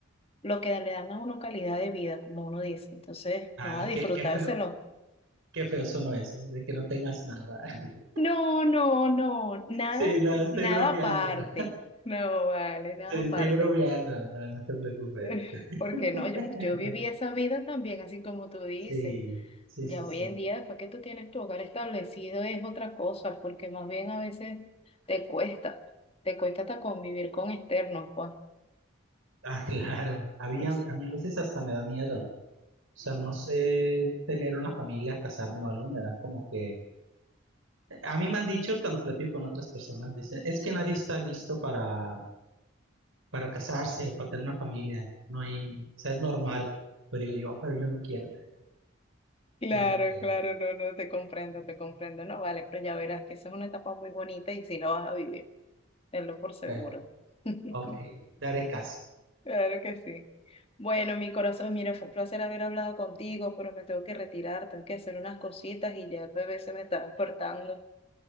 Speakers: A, on the left; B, on the right.
A: lo que le dan a uno calidad de vida, como uno dice. Entonces,
B: Ay,
A: no, a disfrutárselo.
B: qué, qué feo. Qué feo sonó eso, de que no tengas nada. <laughs>
A: No, no, no, nada,
B: Sí, no, estoy
A: nada
B: bromeando.
A: aparte.
B: ¿no?
A: No, vale, nada
B: Sí,
A: aparte.
B: estoy bromeando,
A: <laughs>
B: no, no te preocupes.
A: Eh,
B: <laughs>
A: Porque no, yo, yo viví esa vida también, así como tú dices.
B: Sí, sí,
A: Ya
B: sí, sí.
A: hoy en día, después que tú tienes tu hogar establecido, es otra cosa, porque más bien a veces te cuesta, te cuesta hasta convivir con externos, pues.
B: Ah, claro. Había,
A: <laughs>
B: a mí a veces hasta me da miedo. O sea, no sé tener una familia, casarme o algo, me da como que... A mí me han dicho cuando platico con otras personas, dicen, es que nadie está listo para, para casarse o para tener una familia. No hay, o sea, es normal. Pero digo yo, "Ah, pero yo no quiero,
A: Claro,
B: yo no quiero.
A: claro, no, no, te comprendo, te comprendo, no, vale, pero ya verás que esa es una etapa muy bonita y sí la vas a vivir, tenlo por seguro.
B: Bueno,
A: <laughs>
B: ok, daré caso.
A: Claro que sí. Bueno, mi corazón, mira, fue un placer haber hablado contigo, pero me tengo que retirar, tengo que hacer unas cositas y ya el bebé se me está despertando.